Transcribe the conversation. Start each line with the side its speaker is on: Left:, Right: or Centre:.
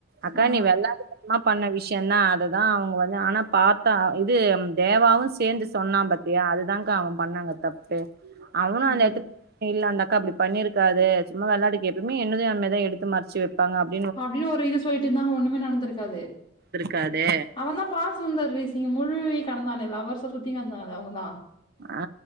Right: அக்கா
Left: ஆ ஆ
Right: நீ வெள்ளாடுக்க ம்மா பண்ண விஷயந்தா அதுதா அவுங்க வந்து ஆனா பாத்தா இது தேவாவு சேந்து சொன்னா பாத்தி தியா அதுதான்கா அவன் பண்ண அங்க தப்பே அவனு
Left: ம்
Right: அந்த எடத்து இல்ல அந்தக்கா அப்டி பண்ணிருக்காது சும்மா வெளாட்டுக்கு சும்மா எப்பயுமே என்னதயு அந்த மாரி தா எடுத்து மறச்சு வைப்பாங்க அப்
Left: அப்டின்னு ஒரு இது சொல்லிட்டு இருந்தா அங்க ஒண்ணுமே நடந்திருக்காது
Right: இருக்காது
Left: அவன்தா பாஸ் சுந்தர் வீஸிங்கு முழு வீக் கடந்தான்ல்ல லவ்வர்ஸா சுத்திக்கிருந்தால்ல அவங்க தா
Right: ஆ